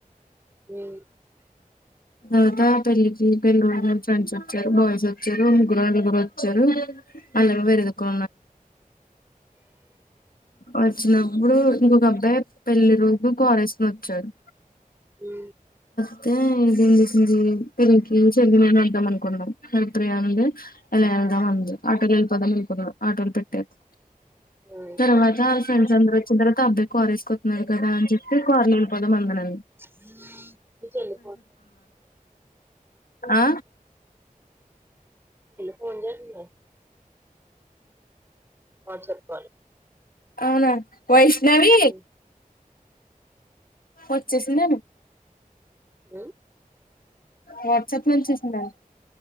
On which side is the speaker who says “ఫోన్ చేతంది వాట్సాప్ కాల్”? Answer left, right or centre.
Right